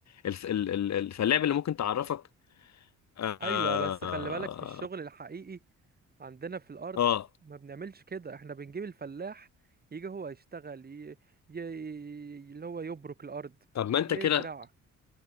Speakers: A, on the left; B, on the right.
A: الف... ال... ال... ال- فاللعبة اللي ممكن تعرفك آه
B: ايوه بس خلي بالك في الشغل الحقيقي عندنا في الارض
A: آه
B: ما بنعملش كده احنا بنجيب الفلاح يجي هو يشتغل ي... ي... ي... اللي هو يبرك الارض
A: طب ما أنت
B: يزرع
A: كده